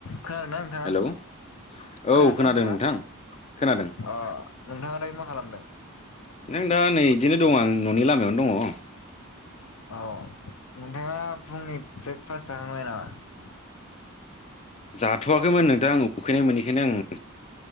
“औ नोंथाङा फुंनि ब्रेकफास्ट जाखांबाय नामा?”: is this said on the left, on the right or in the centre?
Left